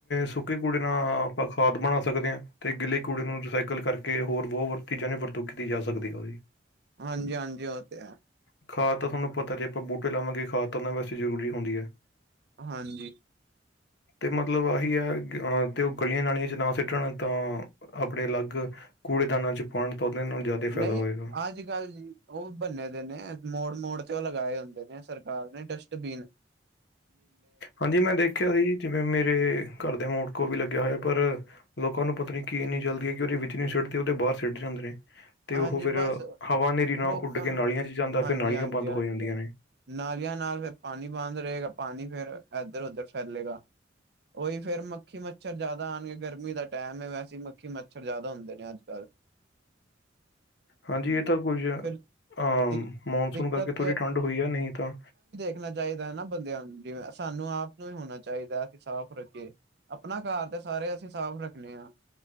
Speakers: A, on the left; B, on the right.
A: ਸੁੱਕੇ ਕੂੜੇ ਨਾਲ
B: ਹਾਂ
A: ਆਪਾਂ ਖਾਦ ਬਣਾ ਸਕਦੇ ਹਾਂ, ਤੇ ਗਿੱਲੇ ਕੂੜੇ ਨੂੰ ਰਿਸਾਈਕਲ ਕਰਕੇ ਹੋਰ ਬਹੁਤ ਚੀਜ਼ਾਂ ਦੀ ਵਰਤੋਂ ਕੀਤੀ ਜਾ ਸਕਦੀ ਹੈ ਉਹਦੀ
B: ਹਾਂਜੀ ਹਾਂਜੀ ਉਹ ਤੇ ਹੈ
A: ਖਾਦ ਤਾਂ ਤੁਹਾਨੂੰ ਪਤਾ ਜੇ ਆਪਾਂ ਬੂਟੇ ਲਾਵਾਂਗੇ ਖਾਦ ਤਾਂ ਨਾ ਵਾਸਤੇ ਜ਼ਰੂਰੀ ਹੁੰਦੀ ਹੈ
B: ਹਾਂਜੀ
A: ਤੇ ਮਤਲਬ ਆਹੀ ਹੈ ਅਹ ਤੇ ਉਹ ਗਲੀਆਂ ਨਾਲੀਆਂ ' ਨਾ ਸਿੱਟਣ ਤਾਂ ਆਪਣੇ ਅਲੱਗ ਕੂੜੇਦਾਨਾਂ ਚ ਪਾਉਣ ਤਾਂ ਉਹਦੇ ਇਹ ਨੂੰ ਜ਼ਿਆਦਾ ਫਾਇਦਾ
B: ਨਹੀਂ
A: ਹੋਏਗਾ
B: ਅੱਜ ਕੱਲ ਜੀ, ਉਹ ਬੰਨੇ ਦੇ ਨੇ ਮੋੜ ਮੋੜ ਤੇ ਉਹ ਲਗਾਏ ਹੁੰਦੇ। ਦੇ ਨੇ ਸਰਕਾਰ ਨੇ ਡਸਟਬੀਨ।
A: ਹਾਂਜੀ ਮੈਂ ਦੇਖਿਆ ਸੀ ਜਿਵੇਂ ਮੇਰੇ, ਘਰ ਦੇ ਮੋੜ ਕੋ ਵੀ ਲੱਗਿਆ ਹੋਇਆ। ਪਰ ਲੋਕਾਂ ਨੂੰ ਪਤਾ ਨੀ ਕੀ ਇੰਨੀ ਜਲਦੀ ਹੈ, ਕਿ ਉਹਦੇ ਵਿੱਚ ਨਹੀਂ ਸਿੱਟਦੇ ਉਹਦੇ ਬਾਹਰ ਸਿੱਟ ਜਾਂਦੇ ਨੇ। ਤੇ
B: ਹਾਂਜੀ
A: ਉਹ ਫਿਰ
B: ਬਸ
A: ਹਵਾ ਹਨੇਰੀ ਨਾਲ
B: ਲੋਕਾਂ
A: ਉੱਡ ਕੇ
B: ਨੂੰ
A: ਨਾਲੀਆਂ, ' ਜਾਂਦਾ
B: ਹਾਂਜੀ
A: ਫਿਰ ਨਾਲੀਆਂ
B: ਹਾਂਜੀ
A: ਬੰਦ
B: ਹਾਂਜੀ
A: ਹੋ ਜਾਂਦੀਆਂ
B: ਹਾਂਜੀ
A: ਨੇ।
B: ਨਾਲੀਆਂ ਨਾਲ ਫਿਰ ਪਾਣੀ ਬੰਦ ਰਹੇਗਾ, ਪਾਣੀ ਫਿਰ ਇਧਰ ਉਧਰ ਫੈਲੇਗਾ। ਉਹੀ ਫਿਰ ਮੱਖੀ ਮੱਛਰ ਜ਼ਿਆਦਾ ਆਉਣਗੇ, ਗਰਮੀ ਦਾ ਟਾਈਮ ਹੈ ਵੈਸੇ ਮੱਖੀ ਮੱਛਰ ਜ਼ਿਆਦਾ ਹੁੰਦੇ ਨੇ, ਅੱਜ ਕੱਲ੍ਹ
A: ਹਾਂਜੀ ਇਹ ਤਾਂ ਕੁੱਝ
B: ਫਿਰ
A: ਅਹ
B: ਦਿਕ
A: ਮੌਨਸੂਨ
B: ਦਿੱਕਤ
A: ਕਰਕੇ ਥੋੜ੍ਹੀ ਠੰਡ ਹੋਈ ਆ ਨਹੀਂ ਤਾਂ।
B: ਰੱਖਣਾ ਚਾਹੀਦਾ ਹੈ ਨਾ ਬੰਦਿਆਂ ਨੂੰ, ਜਿਵੇਂ ਸਾਨੂੰ ਆਪ ਨੂੰ ਹੀ ਹੋਣਾ ਚਾਹੀਦਾ ਅਸੀਂ ਸਾਫ਼ ਰੱਖੀਏ। ਆਪਣਾ ਘਰ ਤੇ ਸਾਰੇ ਅਸੀਂ ਸਾਫ਼ ਰੱਖਣੇ ਆ,